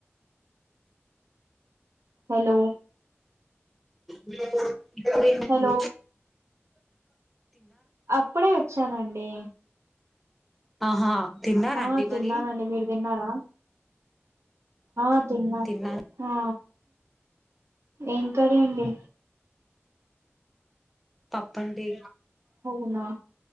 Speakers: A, on the right (about 75°); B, in the centre.
A: హలో
B: మీ ఇప్పుడెంటండి
A: హలో అప్పుడే వచ్చానండి
B: ఆహా తిన్నారా
A: ఆ
B: అండి
A: తిన్నానండి
B: మరి
A: మీరు తిన్నారా ఆ తిన్నా
B: తిన్నాను
A: ఆ ఏం కర్రీ అండి
B: పప్పండి
A: అవునా